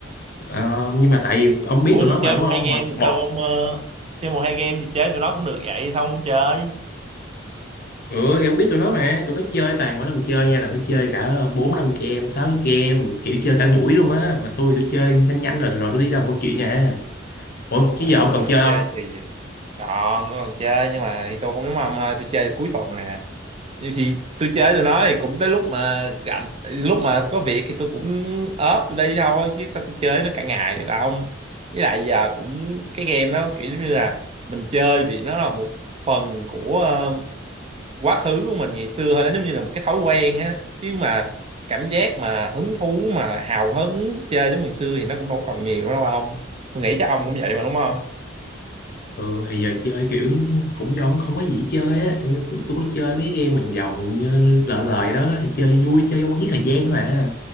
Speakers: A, on the left; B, on the right.
A: Ờ, nhưng mà tại vì ông biết
B: Ủa
A: tụi
B: gì
A: nó mà
B: chơi
A: đúng
B: một
A: không?
B: hai game
A: Một,
B: thì
A: một.
B: sao ông ờ, chơi một hai game thì chơi tụi nó cũng được vậy sao ông không chơi
A: Ừ, thì ông biết tụi nó mà, tụi nó chơi toàn mỗi lần chơi nha là nó chơi cả 4 5 game, 6 game, kiểu chơi cả buổi luôn á. Mà tôi tôi chơi nhanh nhanh rồi rồi tôi đi làm câu chuyện nè. Ủa,
B: ừ,
A: chứ giờ ông còn
B: tụi
A: chơi
B: nó
A: không?
B: chơi thì còn nó còn chơi nhưng mà thì tôi cũng giống ông thôi tôi chơi được cuối tuần nè Vậy thì tôi chơi tụi nó thì cũng tới lúc mà rảnh lúc mà có việc thì tôi cũng ốp tụi đây thôi chứ sao tôi chơi nó cả ngày được không với lại giờ cũng cái game đó kiểu như là mình chơi vì nó là một phần của ờ, quá khứ của mình ngày xưa thôi nó giống như là một cái thói quen á chứ mà cảm giác mà hứng thú mà hào hứng chơi giống ngày xưa thì nó cũng đâu còn nhiều nữa đâu không? tôi nghĩ chắc ông cũng vậy mà đúng không
A: Ừ, thì giờ chơi kiểu cũng giống không có gì chơi á cũng tôi có chơi mấy game mà vòng như lợ lời đó thì chơi vui chơi cho giết thời gian thôi à